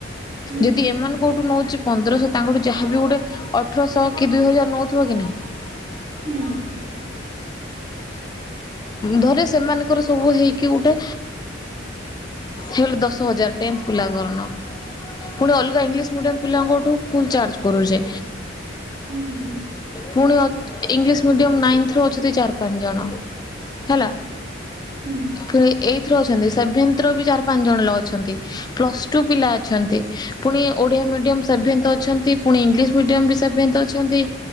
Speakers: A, on the right (about 45°); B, on the left (about 20°).
A: ହୁଁ
B: ଯଦି ଏମାନେ କଉଠୁ ନଉଚି ପନ୍ଦରଶହ ତାଙ୍କଠୁ ଯାହାବି ଗୋଟେ ଅଠରଶହ କି ଦୁଇ ହଜାର ନଉଥିବ କି ନାହିଁ।
A: ହୁଁ
B: <inaudible> ଧରେ ସେମାନଙ୍କର ସବୁ ହେଇକି ଗୁଟେ ହେଲୋ ଦଶ ହଜାର ଟେନ୍ଥ ପିଲାଙ୍କର ନ ପୁଣି ଅଲଗା ଇଂଲିଶ ମିଡିମ ପିଲାଙ୍କଠୁ ଫୁଲ ଚାର୍ଜ କରୁଚେ।
A: ହୁଁ ହୁଁ
B: ପୁଣି ଅ ଇଂଲିଶ ମିଡିୟମ ନାଇନ୍ଥର ଅଛତି ଚାରି ପାଞ୍ଚ ଜଣ। ହେଲା
A: ହୁଁ
B: ଫିର ଏଇଥ୍ ର ଅଛନ୍ତି ସେଭେନ୍ଥ ର ବି ଯାହାର ପାଞ୍ଚ ଜଣ ଲ ଅଛନ୍ତି। ପ୍ଲସ୍ ଟୁ ପିଲା ଅଛନ୍ତି। ପୁଣି ଓଡ଼ିଆ ମିଡ଼ିୟମ୍ ସେଭେନ୍ଥ ଅଛନ୍ତି। ପୁଣି ଇଂଲିଶ ମିଡିୟମ ବି ସେଭେନ୍ଥ ଅଛନ୍ତି,